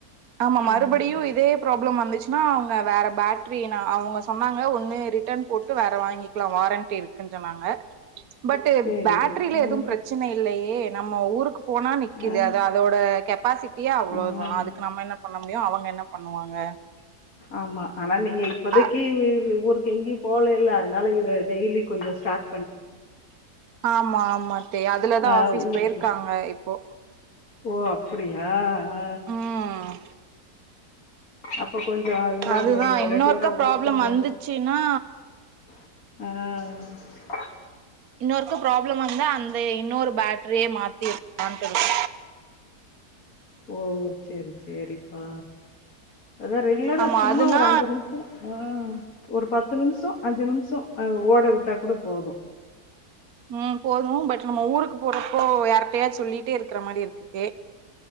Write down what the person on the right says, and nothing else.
ஆமா மறுபடியு
இதே ப்ராப்ளம் வந்துச்சு னா அவங்க வேற பாட்ரி நா அவங்க சொன்னாங்க ஒன்னு ரிட்டன் போட்டு வேற வாங்கிக்லா வாரண்டி இருக்குன் சொன்னாங்க பட்டு
பாட்ரில
எதுவு பிரச்சன இல்லையே நம்ம ஊருக்கு போனா நிக்கு
அது அதோட கெப்பாசிட்டியே அவ்ளோதா
அதுக்கு நம்ம என்ன பண்ண அவங்க என்ன பண்ணுவாங்க
அ
ஆமா ஆமா தே அதுலதா
ஆபீஸ்
போய்ருக்காங்க இப்போ
ம்
அதுதா
இன்னொருக்கா
ப்ராப்ளம்
வந்துச்சுனா
இன்னொருக்க ப்ராப்ளம் வந்தா அந்த இன்னொரு பேட்ரியே மாத்திர்கா சொல்ற
ஆமா
அதுனா
ம் போது பட் நம்ம ஊருக்கு போறப்போ யார் கிட்டயா சொல்லிட்டே இருக்கிற மாரி இருக்குதே